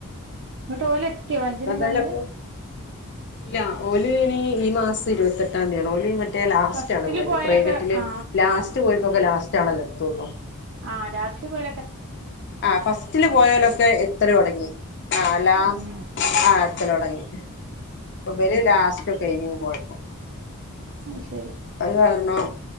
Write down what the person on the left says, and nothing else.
ഇപ്പ എന്തായാലും
ഇപ്പൊ ഇല്ല ഓല് ഈ മാസം ഇരുപത്തെട്ടാം തീയതി ആണ ഓ മറ്റേ ലാസ്റ്റ്
ആണ് പോയത്
പ്രൈവറ്റില്
ലാസ്റ്റ് പോയിക്കൊക്കെ ലാസ്റ്റ് ആണല്ലോ എത്തള്ളൂ
ആ ഫസ്റ്റില് പോയാലൊക്കെ എത്ര തുടങ്ങി ആ ലാസ്
ആ എത്ര തുടങ്ങി അപ്പൊ ബൽ ലാസ്റ്റ് ആയിന് പോഴപ്പം
അത് കാരണം